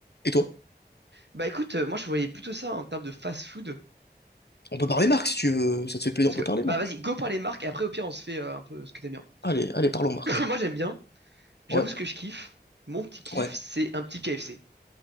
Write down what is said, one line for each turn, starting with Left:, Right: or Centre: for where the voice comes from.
Left: Et toi?
Right: Bah écoute, euh, moi je voyais plutôt ça en termes de fast-food.
Left: On peut parler Marc si tu veux. Ça te fait plaisir,
Right: Parce
Left: on peut parler
Right: que, bah
Left: Marc.
Right: vas-y, go par les marques et après au pire on se fait euh, un peu ce que t'aimes bien.
Left: Allez, allez, parlons
Right: <coughs>
Left: Marc.
Right: <laughs> Moi j'aime bien, j'avoue
Left: Ouais,
Right: ce que je kiffe. Mon petit kiff,
Left: ouais.
Right: c'est un petit KFC.